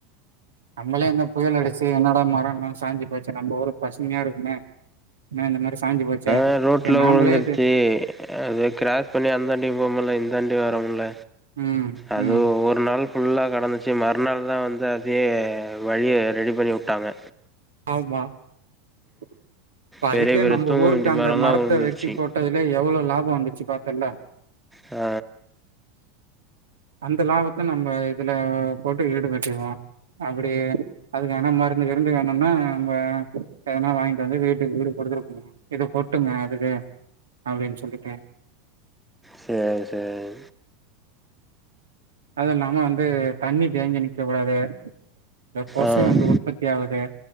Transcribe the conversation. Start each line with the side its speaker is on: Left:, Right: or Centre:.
Right: நம்மளே என்ன புயல் அடிச்சு என்னடா மரோலா சாஞ்சு போச்சு நம்ப ஊரு பசுமையா இருக்குமே என்ன இந்த மாரி சாஞ்சு போச்சே
Centre: தா ரோட்ல
Right: சரி நாமளே
Centre: உழுந்துருச்சு
Right: இது
Centre: அது கிராஸ் பண்ணி அந்தாண்டியு போ முல இந்தாண்டியு வர முல
Right: ம்
Centre: அது
Right: ம்
Centre: ஒவ்வொரு நாள் ஃபுல்லா கடந்துச்சு மறுநாள்தா வந்து அதே வழியே ரெடி பண்ணி வுட்டாங்க
Right: ஆமா இப்ப
Centre: பெரிய
Right: அதுக்கே
Centre: பெரிய
Right: நம்ம
Centre: தூங்க
Right: ஊருக்கு
Centre: முந்தி
Right: அந்த
Centre: மரம்லாம்
Right: மரத்த
Centre: விழுந்துருச்சு
Right: வெட்டி போட் டதுலே எவ்ளோ லாபோ வந்துச்சு பாத்தல்ல
Centre: ஆ
Right: அந்த லாபத்த நம்ம இதுல போட்டு ஈடுகட்டிருவோ அப்டி அதுக்கு எதனா மருந்து கிருந்து இல்லன்னா நம்ம எதனா வாங்கிட்டு வந்து வீட்டுக்கு வீடு குடுத்துடுபோங்க இத கொட்டுங்க அதுக்கு அப்டின் சொல்லிட்டே
Centre: சேரி சேரி
Right: அது இல்லாம வந்து தண்ணி தேங்கி நிக்க கூடாது இந்த கொசு
Centre: ஆ
Right: வந்து உற்பத்தி ஆகுது